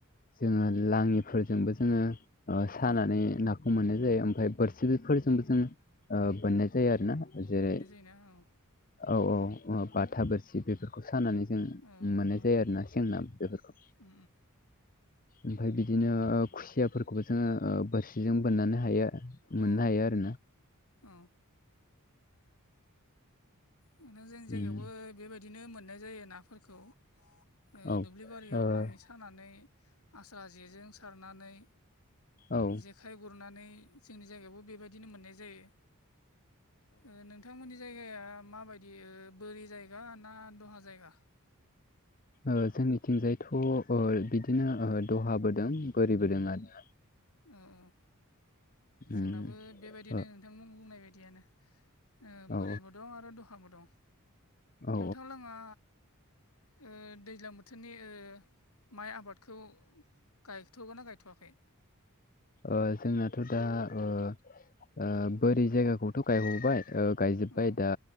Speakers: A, on the left; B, on the left.
A: जोङो लाङिफोरजोंबो जोङो
B: औ
A: सानानै ना खौ मोननाय जायो ओमफ्राय बोरसिफोरजोंबो जों बोननाय जायो आरो ना जेरै
B: बेनो औ
A: औ औ औ बाथा बोरसि बेफोरखौ सानानै जों
B: औ
A: मोननाय जायो आरोना सें ना बेफोरखौ
B: औ
A: ओमफाय बिदिनो खुसियाफोरखौबो जोङो बोरस सिजों बोननानै हायो मोननो
B: औ
A: हायो आरो ना
B: औ नोंथां जोंनि जायगायावबो
A: उम
B: बेबायदिनो मोननाय जायो नाफोरखौ। ओ
A: औ
B: दुब्लि बारियाव
A: ओ औ
B: लाङि सानानै आस्रा जेजों सार नानै
A: औ
B: जे खाइ गुरनानै जोंनि जायगायावबो बेबायदिनो मोननाय जायो ओ नोंथांमोननि जायगा या मााबायदि बोरि जायगा ना दलहा जायगा?
A: ओ जोंनिथिंजायथ' बिदिनो दहाबोदों बोरिबोदों आरोना।
B: उम उम जोंनाबो
A: उम
B: बेबायदिनो
A: ओ
B: नोंथांमोन बुंनाय बायदियानो ओ
A: औ
B: बोरैबो दं आरो दहाबो दं
A: औ
B: नोंथां लोङा ओ दैज्लां बोथोरनि ओ माइ आबादखौ गायथ' गोनना गायथ'वाखै?
A: ओ जोंनाथ' दा ओ बोरि जायगाखौथ' गायबावबाय गायजोब्बाय
B: औ
A: दा